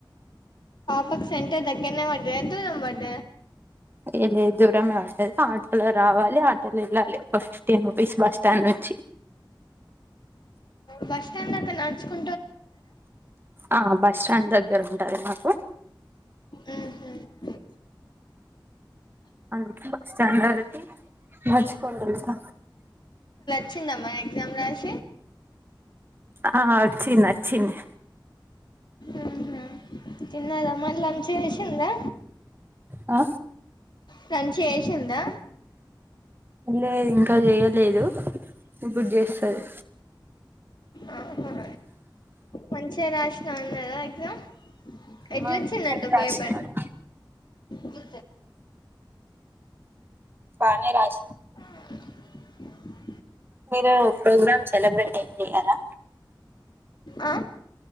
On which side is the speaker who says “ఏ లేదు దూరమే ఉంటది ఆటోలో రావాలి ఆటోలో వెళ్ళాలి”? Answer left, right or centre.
Right